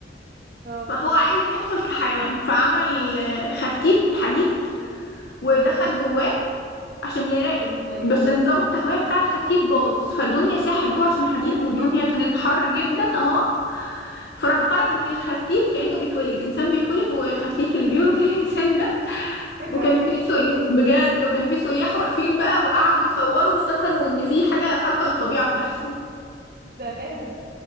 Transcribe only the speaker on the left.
فهو عايز يدخل كحيوان فعمل آه، خرتيت حديد ودخل
جواه عشان يراقب
بس نظام التهوية بتاع الخرتيت باظ فالدنيا ساحت جوه عشان حديد
والدنيا كانت حر جدا اه فراح
خرج من الخفتيت كأنه بيتولد إنسان بيتولد وخفتيت اللي بيولد <laughs> الإنسان ده
وكان
في
سياح بجد وكان في سياح واقفين بقى وقعدوا يصوروا وافتكروا إن في حاجة خارقة للطبيعة بتحصل